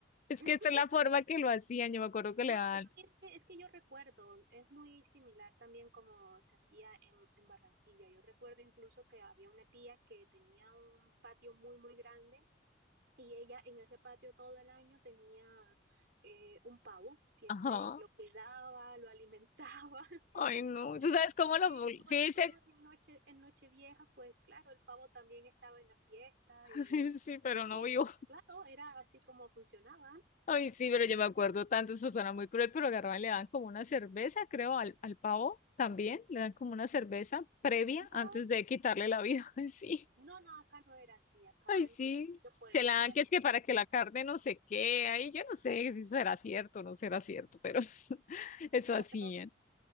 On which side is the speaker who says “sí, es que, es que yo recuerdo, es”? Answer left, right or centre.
Right